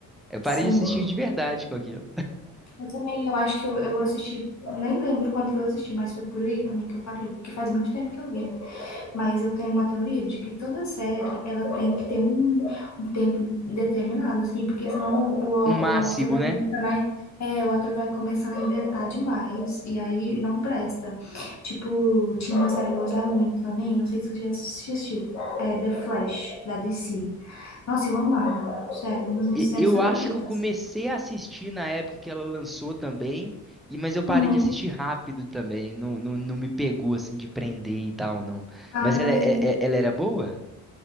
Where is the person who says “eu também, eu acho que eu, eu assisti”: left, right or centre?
Left